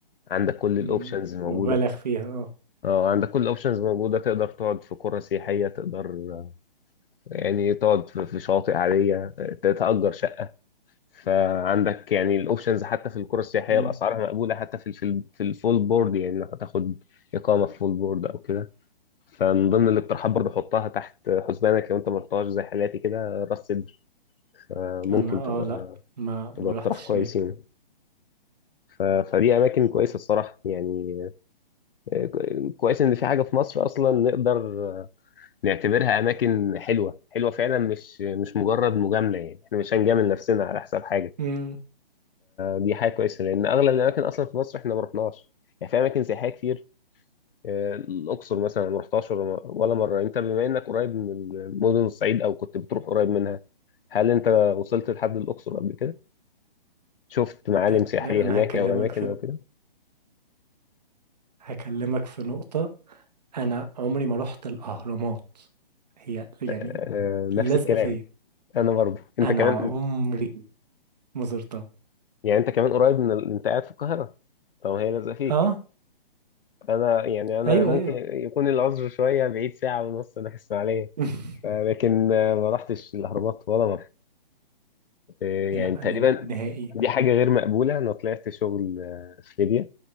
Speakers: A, on the left (about 70°); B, on the right (about 45°).
A: عندك كل
B: مم،
A: الاوبشنز موجوده
B: مبالغ فيها اه
A: اه عندك كل الاوبشنز موجوده تقدر تقعد في قرى سياحيه تقدر آه، يعني تقعد في في شواطئ عاديه آه، تتأجر شقه فعندك يعني الاوبشنز حتى في القرى السياحيه
B: مم.
A: الاسعار مقبوله حتى في في في الفول بورد يعني لو هتاخد اقامه في فول بورد او كده فمن ضمن الاقتراحات برضه حطها تحت حسبانك لو انت ما رحتهاش زي حالاتي كده راس سدر ممكن
B: انا
A: تبقى
B: اه لا ما ما
A: تبقى
B: رحتش
A: اقتراح كويس
B: هناك
A: يعني ف- فدي اماكن كويسه الصراحه يعني آه، كويس ان في حاجه في مصر اصلا نقدر نعتبرها اماكن حلوه حلوه فعلا مش مش مجرد مجامله يعني احنا مش هنجامل نفسنا على حساب حاجه
B: مم،
A: دي حاجه كويسه لان اغلب الاماكن اصلا في مصر احنا ما رحناش يعني في اماكن سياحيه كتير آه، الاقصر مثلا ما رحتهاش ولا ولا مره انت بما انك قريب من مدن الصعيد او كنت بتروح قريب منها هل انت وصلت لحد الاقصر قبل كده شفت معالم
B: ده
A: سياحيه
B: ده انا
A: هناك
B: هكلمك
A: او اماكن
B: في
A: او كده
B: هكلمك في نقطة انا عمري ما رحت الاهرامات هي يعني
A: آه، نفس
B: لازقة
A: الكلام
B: فيا
A: انا برضه انت
B: انا
A: كمان
B: عمري ما زرتها
A: يعني انت كمان قريب من ال... انت قاعد في القاهره طب هي لازقه فيك
B: اه
A: انا يعني انا
B: ايوه
A: ممكن
B: ايوه
A: يكون العذر شويه بعيد ساعه ونص انا في اسماعيليه
B: <laughs>
A: آه، لكن آه، ما رحتش الاهرامات ولا مره آه، يعني
B: لا
A: تقريبا
B: انا نهائي
A: دي حاجة غير مقبولة أنا طلعت شغل آه، في ليبيا